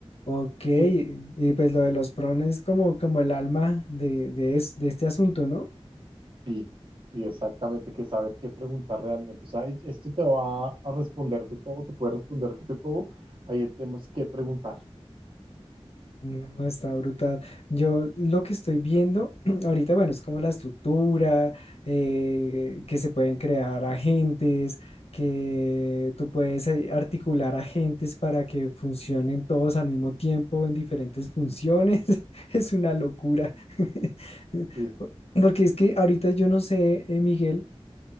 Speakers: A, on the left; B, on the right.
A: Ok, y
B: Es,
A: pues lo de los prones es como, como el alma de, de, es- de este asunto, ¿no?
B: Sí, sí, exactamente, que saber qué preguntar realmente. O sea, e- esto te va a responder de todo, te puede responder de todo. Ahí el tema es qué preguntar.
A: No, está brutal. Yo lo que estoy viendo <clears throat> ahorita, bueno, es como la estructura, eh, que se pueden crear agentes, que tú puedes eh, articular agentes para que funcionen todos al mismo tiempo en diferentes funciones. <laughs> Es una locura. <laughs>
B: Sí,
A: Porque es que ahorita yo no sé, eh, Miguel